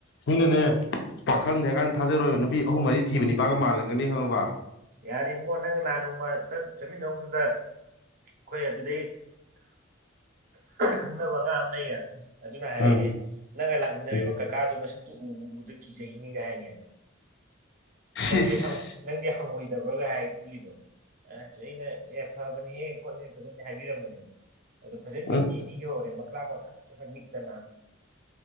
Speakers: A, on the left; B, on the right.
A: ꯅꯣꯏꯅꯅꯦ ꯄꯥꯈꯪꯅꯤ ꯍꯥꯏꯀꯥꯟꯗ ꯊꯥꯖꯔꯣꯏꯕ ꯅꯨꯄꯤ ꯑꯍꯨꯝ ꯃꯔꯤ ꯊꯤꯕ ꯅꯤꯄꯥꯒ ꯃꯥꯜꯍꯟꯒꯅꯤ ꯈꯪꯉꯕ
B: ꯌꯥꯔꯤꯕꯀꯣ ꯅꯪ ꯅꯍꯥꯟ ꯅꯣꯡꯃ ꯆꯠ ꯆꯠꯃꯤꯟꯅꯧꯕꯗꯨꯗ ꯈꯣꯏ ꯑꯗꯨꯗꯩ ꯈꯪꯅꯕ ꯑꯉꯥꯡ ꯑꯃ ꯂꯩꯌꯦ ꯑꯗꯨꯅ ꯍꯥꯏꯔꯛꯏꯅꯦ
A: ꯎꯝ
B: ꯅꯪꯒ ꯂꯥꯛꯃꯤꯟꯅꯔꯤꯕ
A: ꯎꯝ
B: ꯀꯀꯥꯗꯣ ꯃꯁꯛꯇꯨ ꯎ ꯎꯕꯗ ꯀꯤꯖꯩꯅꯤꯒ ꯍꯥꯏꯅꯦ ꯅꯪꯗꯤ
A: ꯏꯁ
B: ꯅꯪꯗꯤ ꯍꯪꯉꯣꯏꯗꯕ꯭ꯔꯥꯒ ꯍꯥꯏ ꯄꯨꯜꯂꯤꯗꯣ ꯑꯁ ꯑꯩꯅ ꯑꯦ ꯐꯕꯅꯤꯍꯦ ꯈꯣꯠꯅꯤ ꯐꯖꯅꯗꯤ ꯍꯥꯏꯕꯤꯔꯝꯕꯅꯦ ꯑꯗꯨ ꯐꯖꯅ
A: ꯎꯝ
B: ꯇꯤꯗꯤ ꯌꯧꯔꯦ ꯃꯈꯀ꯭ꯔꯥ ꯀ ꯊꯛ ꯊꯛ ꯅꯤꯛꯇꯅ